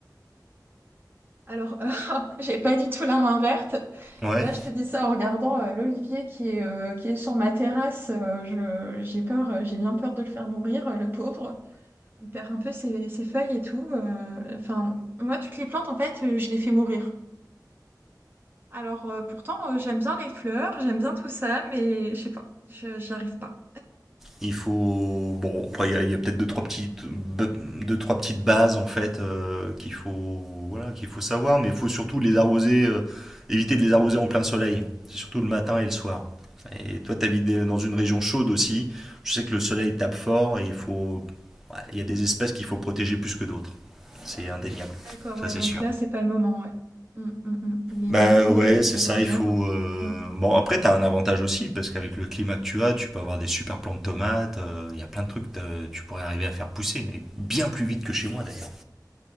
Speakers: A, on the right; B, in the centre.
A: Alors, euh, <laughs> j'ai pas du tout la main verte.
B: Ouais.
A: Là, je te dis ça en regardant euh, l'olivier qui est, euh, qui est sur ma terrasse. euh, je, j'ai peur, euh, j'ai bien peur de le faire mourir, euh, le pauvre. Il perd un peu ses, ses feuilles et tout. euh, Enfin, moi, toutes les plantes, en fait, euh, je les fais mourir. Alors, euh, pourtant, euh, j'aime bien les fleurs, j'aime bien tout ça, mais je sais pas, je- j'y arrive pas.
B: Il faut. Bon, après, il y a, il y a peut-être deux trois, petites... deux, trois petites bases, en fait, euh, qu'il faut... Voilà, qu'il faut savoir, mais il faut surtout les arroser, euh, éviter de les arroser en plein soleil. C'est surtout le matin et le soir. Et toi, t'habites des- dans une
A: D'accord.
B: région chaude aussi. Je sais que le soleil tape fort et il faut. ouais, Il y a des espèces qu'il faut protéger plus que d'autres. C'est indéniable.
A: D'accord,
B: Ça,
A: ouais,
B: c'est
A: donc
B: sûr.
A: là, c'est pas le moment, ouais. Mm, mm, mm. Il est
B: Bah
A: midi,
B: ouais, c'est
A: 14
B: ça, il faut...
A: heures ouais.
B: euh,
A: Mm.
B: Bon, après, t'as un avantage aussi, parce qu'avec le climat que tu as, tu peux avoir des super plants de tomates, euh, il y a plein de trucs que t'as- tu pourrais arriver à faire pousser, et bien plus vite que chez moi d'ailleurs.